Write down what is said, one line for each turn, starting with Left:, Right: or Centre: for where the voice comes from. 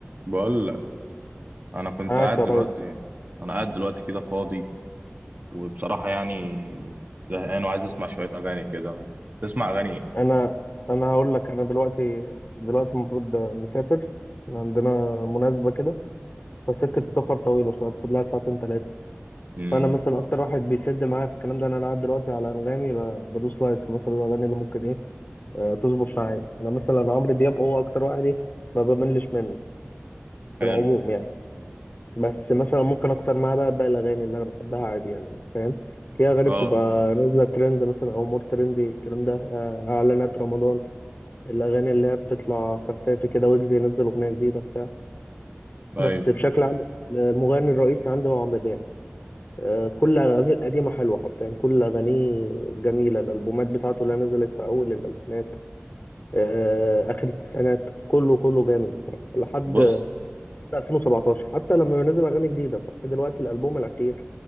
Right: بقول لك انا كنت
Left: معاك
Right: قاعد
Left: يا
Right: دلوقتي
Left: ريس
Right: انا قاعد دلوقتي كده فاضي وبصراحه يعني زهقان وعايز اسمع شويه اغاني كده تسمع اغاني ايه
Left: انا انا هقول لك انا دلوقتي دلوقتي المفروض مسافر إحنا عندنا مناسبة كده فسكة السفر طويلة شوية تاخد لها ساعتين ثلاثة
Right: امم
Left: فأنا مثلا أكتر واحد بيسد معايا في الكلام ده إن أنا قاعد دلوقتي على أنغامي ب- بدوس لايكس مثلا الأغاني اللي ممكن إيه آه، تظبط معايا أنا مثلا عمرو دياب هو أكتر واحد إيه ما بملش منه
Right: حلو
Left: في العموم يعني بس مثلا ممكن أكسر معاه بقى باقي الأغاني اللي أنا بحبها عادي يعني فاهم في أغاني
Right: اه
Left: بتبقى نازلة ترند مثلا أو مور ترندي الكلام ده آه، إعلانات رمضان الأغاني اللي هي بتطلع خفافة كده ويجز ينزل أغنية جديدة بتاع
Right: ايوه
Left: بس بشكل عام المغني الرئيسي عندي هو عمرو دياب آه، كل أغانيه القديمة حلوة حرفيا كل أغانيه جميلة الألبومات بتاعته اللي نزلت في أول الألفينات آه، آخر التسعينات كله كله جامد بصراحة لحد
Right: بص
Left: 2017 حتى لما بينزل أغاني جديدة صح دلوقتي الألبوم الأخير